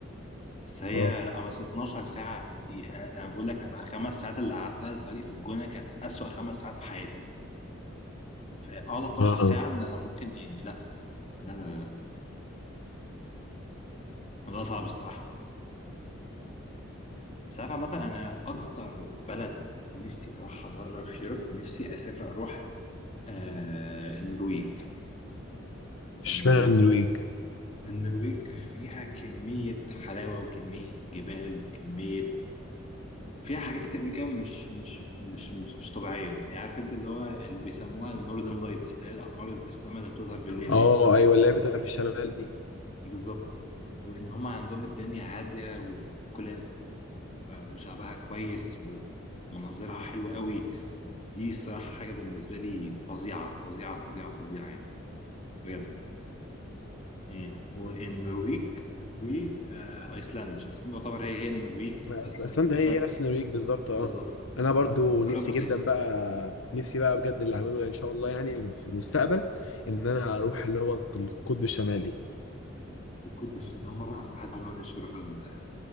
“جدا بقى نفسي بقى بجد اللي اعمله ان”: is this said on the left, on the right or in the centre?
Left